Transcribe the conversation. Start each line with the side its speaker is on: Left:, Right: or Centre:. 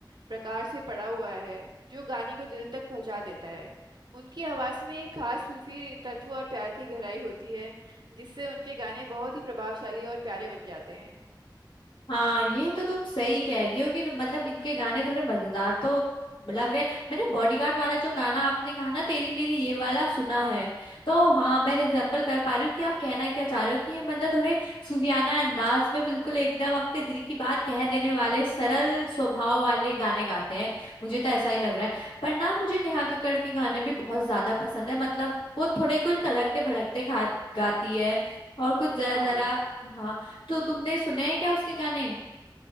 Right: प्रकार से पड़ा हुआ है जो गाने को दिल तक पहुंचा देता है उनकी आवाज में एक खास सूफी तत्व और प्यार की गहराई होती है जिससे उनके गाने बहुत ही प्रभावशाली और प्यारे बन जाते हैं
Left: हाँ ये तो तुम सही कह रही हो कि मतलब इनके गाने थोड़े मजेदार तो लग रहे हैं मैंने बॉडीगार्ड वाला जो गाना आपने कहा ना तेरी मेरी ये वाला सुना
Right: हाँ
Left: है तो हाँ मैं रिजेम्बल कर पा रही हूँ कि आप कहना क्या चाह रहे हो कि ये मतलब थोड़े सूफियाना अंदाज में बिल्कुल एकदम अपने दिल की बात कह देने वाले सरल स्वभाव वाले गाने गाते हैं मुझे तो ऐसा ही लग रहा है पर ना मुझे नेहा कक्कड़ के गाने भी बहुत ज्यादा पसंद है मतलब वो थोड़े कुछ तड़कते भड़कते खा गाती है और कुछ जरा
Right: हाँ
Left: जरा हाँ तो तुमने सुने हैं क्या उसके गाने